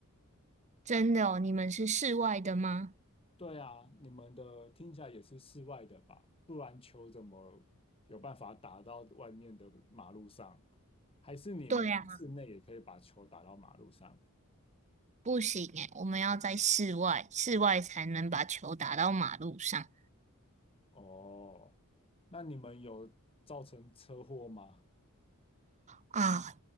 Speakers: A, on the right; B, on the left.
A: 真的哦，你们是室外的吗？
B: 对啊，你们的听起来也是室外的吧？不然球怎么有办法打到外面的马路上？还是你们室内也可以把球打到马路上？
A: 对呀。不行诶，我们要在室外，室外才能把球打到马路上
B: 哦，那你们有造成车祸吗？
A: 啊。